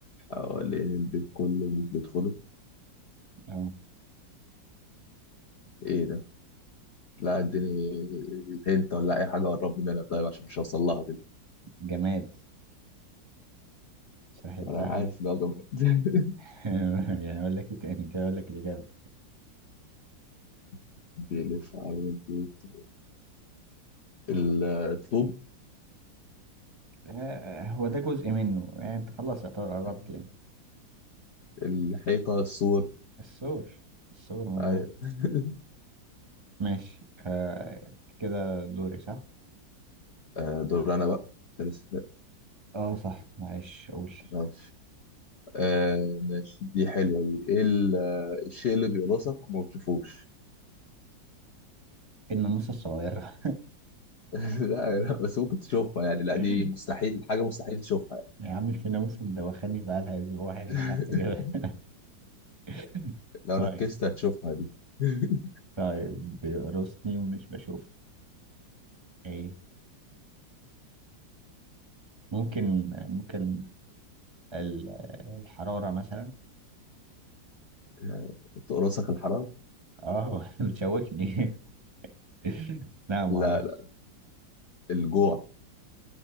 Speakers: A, on the left; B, on the right.
A: حوالين البيت كله مش بيدخله
B: اه
A: إيه ده لا اديني هنت ولا أي حاجة قربني منها طيب عشان مش هوصل لها كده
B: جماد سهلتها
A: أنا عارف إن هو جامد
B: <laughs> يعني اقول لك ايه تاني كده اقول لك الاجابه
A: <laughs> بيلف حوالين البيت ال- الطوب
B: آه، هو ده جزء منه يعني انت خلاص يعتبر قربت
A: مم.
B: يعني
A: الحيطة السور
B: السور السور مظبوط
A: أيوة <laughs>
B: ماشي آه كده دوري صح؟
A: آه، دور أنا بقى أنت لسه سائل.
B: اه صح معلش اقول
A: ماشي آه ماشي دي حلوة دي إيه ال- آه، الشيء اللي بيقرصك وما بتشوفوش
B: الناموسة الصغيرة
A: <laughs> لا لا بس ممكن تشوفها يعني لا
B: <laughs>
A: دي مستحيل حاجة مستحيل تشوفها يعني
B: يا عم في ناموسة مدوخاني بقالها اسبوع انا
A: <laughs>
B: مش عارف اجيبها <laughs>
A: لو
B: طيب
A: ركزت هتشوفها دي <laughs>
B: طيب بيقرصني ومش بشوف ايه ممكن ممكن ال- الحرارة مثلا
A: آه، تقرصك الحرام
B: اه <laughs> بتشوكني <laughs> لا معرفش
A: لا لا الجوع